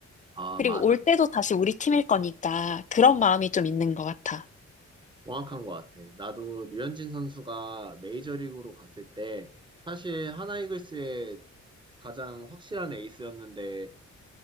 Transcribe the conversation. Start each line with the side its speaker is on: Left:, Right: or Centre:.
Right: 아,
Left: 그리고
Right: 맞아.
Left: 올 때도 다시 우리 팀일 거니까 그런 마음이 좀 있는 것 같아.
Right: 정확한 것 같아. 나도 류현진 선수가 메이저리그로 갔을 때 사실 하나이글스의 가장 확실한 에이스였는데